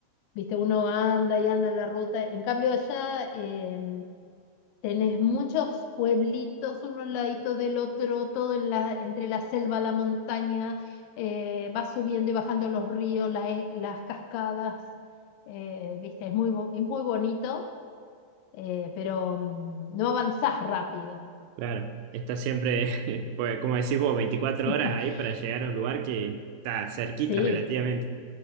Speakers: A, on the left (about 85°); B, on the right (about 85°).
A: viste, uno anda y anda en la ruta. En cambio allá... em, Tenés muchos pueblitos uno al ladito del otro, todo en la, entre la selva, la montaña, eh, vas subiendo y bajando los ríos, la e- las cascadas, eh, viste, es muy, bo- es muy bonito, eh, pero mm, no avanzás rápido.
B: Claro, está siempre, <laughs> pues, como decís vos, 24
A: <laughs>
B: horas ahí para llegar a un lugar que está cerquita
A: Sí,
B: relativamente.